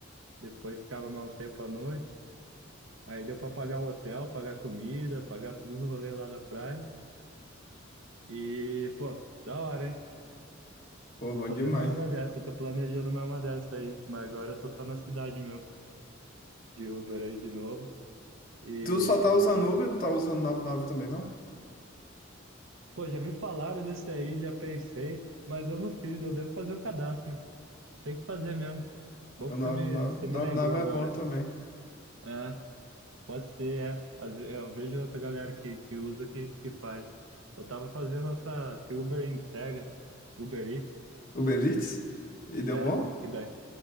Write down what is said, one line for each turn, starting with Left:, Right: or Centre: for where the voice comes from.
Right: depois ficava mais um tempo à noite. Aí deu pra pagar o hotel, pagar comida, pagar tudo no rolê lá da praia. E, pô, da hora, hein?
Left: Pô,
Right: Vou
Left: bom
Right: fazer
Left: demais.
Right: mais uma dessa, tô planejando mais uma dessa aí. Mas agora eu tô só na cidade meu, de Uber aí de novo. E,
Left: Tu só tá usando Uber, tu tá usando 99 também, não?
Right: pô, já me falaram desse aí, já pensei, mas eu não fiz, eu devo fazer o cadastro. Tem que fazer mesmo. Bom
Left: O
Right: que você
Left: 99,
Right: me, você me
Left: 99
Right: lembrou agora.
Left: é bom também.
Right: É. Pode ser, é. Às ve- Eu vejo outra galera que, que usa que, que faz. Eu tava fazendo essa, esse Uber entrega, Uber Eats,
Left: Uber Eats? E deu
Right: é,
Left: bom?
Right: que daí.